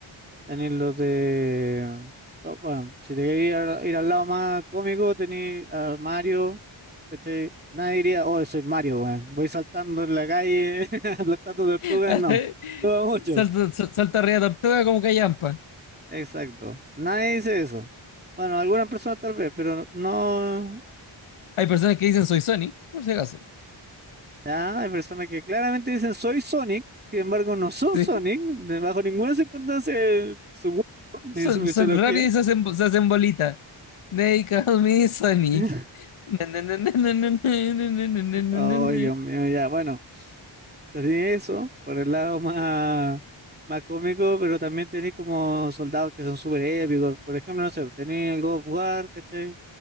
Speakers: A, on the right (about 20°); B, on the left (about 85°).
A: tenía los de... no, bueno, si te querías ir, ir al lado más cómico, tenía a Mario, ¿cachai? Nadie diría, oh, soy Mario, weón, voy saltando en la calle, <laughs> aplastando tortugas,
B: <laughs>
A: no, todo mucho.
B: Salta, sal- salta arriba de tortuga como callampa.
A: Exacto. Nadie dice eso. Bueno, algunas personas tal vez, pero no.
B: Hay personas que dicen soy Sonic, por si acaso.
A: Ya, hay personas que claramente dicen soy Sonic, sin embargo no son
B: Sí.
A: Sonic, de- bajo ninguna circunstancia eh, su cuerpo ni
B: Son,
A: su fisiología.
B: son rápidos y se hacen, se hacen bolita. They call me Sonic.
A: <laughs>
B: Na, na, na, na, na, na, na, na, na, na, na,
A: Ay,
B: na, na.
A: Dios mío, ya, bueno, tenía eso por el lado más, más cómico, pero también tenéis como soldados que son súper épicos. Por ejemplo, no sé, tenéis el God of War, ¿cachai?